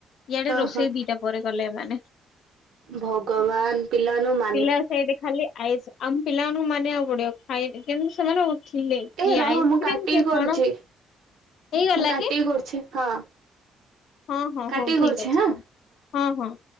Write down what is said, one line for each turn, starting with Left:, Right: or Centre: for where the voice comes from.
Left: ଇଆଡେ
Right: ହଁ
Left: ରୋଷେଇ
Right: ହଁ।
Left: ଦିଟା ପରେ କଲେ ଏମାନେ।
Right: ଭଗବାନ ପିଲା ମାନଙ୍କୁ ମା
Left: ପିଲା ସେଇଠି ଖାଲି ଆଇସ୍ ଆମ ପିଲାମାନଙ୍କୁ ମାନିବାକୁ ପଡିବ ଖାଇ କିନ୍ତୁ ସେମାନେ ଉଠିଲେ
Right: ଏ
Left: କି
Right: ରହ
Left: ଆଇସ୍କ୍ରିମ
Right: ମୁଁ କାଟିକି
Left: କି
Right: କରୁଛି।
Left: କଣ ହେଇଗଲା
Right: ମୁଁ କାଟିକି
Left: କି
Right: କରୁଛି ହଁ।
Left: ହଁ, ହଁ
Right: କାଟିକି
Left: ହଉ ଠିକ
Right: କରୁଛି
Left: ଅଛି
Right: ହାଁ
Left: କର ହଁ, ହଁ।